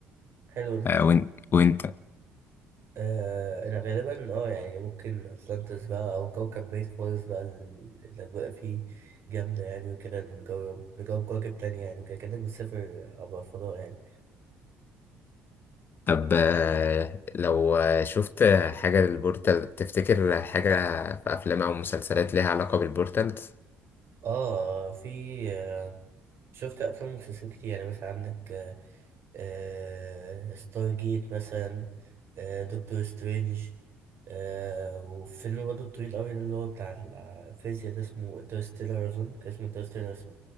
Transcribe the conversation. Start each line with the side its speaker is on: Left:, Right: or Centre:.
Right: حلو ده
Left: آه، وإن- وانت
Right: آه انا غالبا اه يعني ممكن اتلانتس بقى او كوكب بعيد خالص بقى ال- الاجواء فيه جامده يعني وكده نجرب نجرب كواكب تانية يعني وكده كانك بتسافر عبر الفضاء يعني
Left: طب آه، لو آه، شفت حاجة للبورتال تفتكر حاجة في افلام او مسلسلات ليها علاقة بالبورتالز
Right: اه في آه، شفت افلام ومسلسلات كتير يعني مثلا عندك آه، آه، ستار جيت مثلا آه، دكتور سترينج آه، وفيلم برضه طويل قوي ده اللي هو بتاع الفيزياء ده اسمه انترستيلر اظن كان اسمه انترستيلر صح